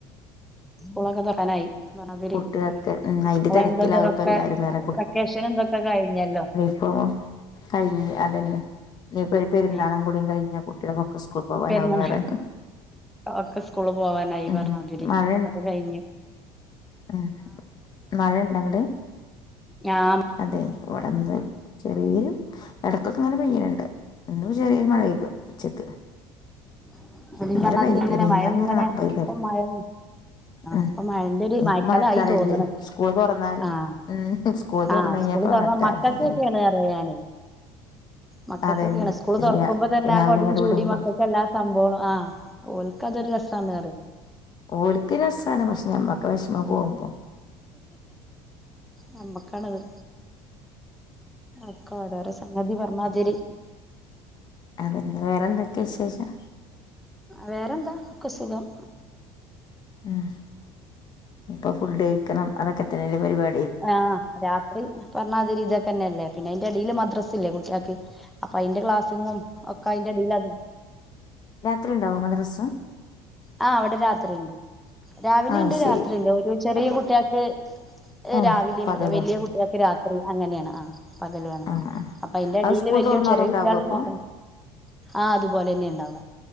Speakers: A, in the centre; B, on the left.
A: സ്കൂളാെക്കെ തൊർക്കാനായ് പർഞ്ഞാതിരി
B: കുട്ടികളൊക്കെ ഉം അയിന്റെ
A: ങ്ങെളെ
B: തിരക്കിലാകും
A: എന്തോതിലൊക്കെ
B: ഇപ്പൊ എല്ലാരും
A: വെക്കേഷനും തൊക്കെ കയ്ഞ്ഞല്ലോ
B: ഓഹ് കഴിഞ്ഞ് അതെന്നെ ഇനിയിപ്പൊര് പെര്ന്നാളും
A: ആഹ്
B: കൂടിം കയ്ഞ്ഞാ കുട്ട്യേക്കൊക്കെ സ്കൂക്കോവാനാവുംന്ന്
A: പെരുന്നാ
B: പറ്യാ
A: ഒക്കെ സ്കൂള് പോവാനായ്
B: ഉം
A: പർഞ്ഞാതിരി
B: മഴ
A: അത് കയ്ഞ്ഞു
B: ഉം മഴണ്ടെങ്ങെട്
A: ഞാം
B: അതെ ഇവിടന്ന് ചെറിയൊരു ഇടക്കൊക്കെങ്ങനെ പെയ്യ്ണ്ണ്ട് ഇന്നും ചെറ്യേ മഴയ്തു ഉച്ചക്ക്
A: അ ഇവിടെ ഇജ്
B: ഇന്നലെ
A: പറഞ്ഞമാതിരിങ്ങനെ
B: പെയ്തിട്ടില്ല മിനിഞ്ഞാന്ന്
A: മഴ ഇങ്ങനെ
B: പറഞ്ഞാ പെയ്തായിരുന്നു
A: ഇപ്പ മഴൻ
B: ഉം
A: ഇപ്പ മഴന്റെരു
B: ഇനിയിപ്പോ
A: മയക്കാലായി
B: മഴക്കാലല്ലേ
A: തോന്ന്ണ്
B: സ്കൂൾ തുറന്നാല്
A: ആഹ്
B: ഉം സ്കൂള് തുറന്ന്
A: ആഹ്
B: കഴിഞ്ഞപ്പോ
A: സ്കൂള് തെറന്നാ
B: മഴക്കാലം
A: മക്കൾക്കൊക്കെയാണ്
B: തന്നെയല്ലേ
A: പറയാ ഞാന് മക്കക്കെക്കെ
B: അതന്നെ
A: സ്കൂള് തെറക്കുമ്പോ തന്നെ
B: രാവിലെ
A: ആ കൊടി
B: ഇങ്ങട്
A: ചൂടി
B: വിടുമ്പോ
A: മക്കൾക്ക് എല്ലാ സംഭോളം ആ ഓൽക്ക് അതൊരു രസാണറിയു
B: ഓൽക്ക് രസാണ് പക്ഷെ ഞമ്മക്ക് വെഷമം പോവു
A: ഞമ്മക്കാണത് ഒക്കെ ഓരോരോ സംഗതി പറഞ്ഞതിരി
B: അതന്നെ വേറെന്തൊക്കെ വിശേഷം
A: വേറെന്താ ക്കെ സുഖം
B: ഉം ഇപ്പ ഫുഡഴിക്കണം അതൊക്കെ തന്നെല്ലെ പരിപാ
A: ആഹ് രാത്രി പറഞ്ഞാതിരി ഇതൊക്കെന്നെല്ലേ പിന്നെ അയിന്റെ എടീല് മദ്രസ്ല്ലേ കുട്ട്യോക്ക് അപ്പയ്ന്റെ ക്ലാസ്സിങ്ങും ഒക്കെ അയ്ന്റെ എടീല് അതും
B: രാത്രിണ്ടാവോ മദ്രസ്
A: ആ അവിടെ രാത്രിണ്ട് രാവിലിണ്ട്
B: ആ ശരി
A: രാത്രിണ്ട് ഒരു ചെറിയ കുട്ട്യക്ക്
B: ആ
A: രാവിലിം
B: പകലോ
A: വല്ല്യ കുട്ട്യോക്ക് രാത്രി അങ്ങനെണ് ആ പകലാണ്
B: ആ ആ
A: അപ്പ അയ്ന്റെ
B: അത്
A: എടില്
B: സ്കൂൾ
A: വല്ല്യ
B: തുറന്നാലും
A: ചെറ്യേ
B: ഉണ്ടാകും
A: കുട്ട്യോളും
B: അപ്പോൾ
A: നോക്കണം ആഹ് അതുപോലന്നെ ഇണ്ടാവ